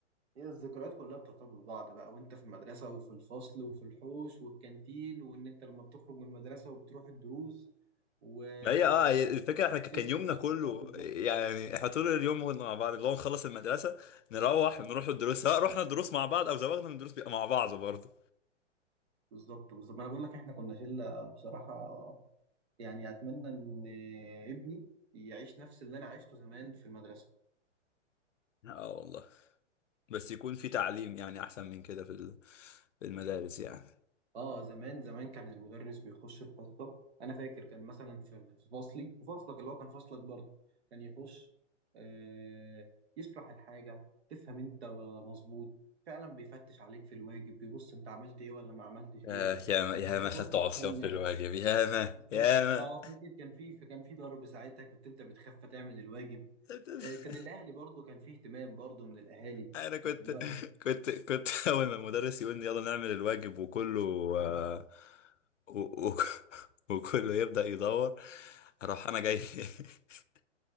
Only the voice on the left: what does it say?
ما هي اه هي الفكره احنا ك- كان يومنا
كله
يعني احنا طول اليوم كنا مع بعض اللي هو نخلص المدرسه نروح نروح الدروس سواء رحنا الدروس مع بعض او زوغنا من الدروس بيبقى مع بعض برضه
اه والله بس يكون في تعليم يعني احسن من كده في ال- في المدارس يعني
آه
يا ما
يا ما
خدت عصيان
في الواجب يا ما
يا ما
<laughs>
انا كنت
كنت كنت <laughs> اول ما المدرس يقول لي يلا نعمل الواجب وكله آه، و... و... <laughs> وكله يبدأ يدور اروح انا جاي <laughs>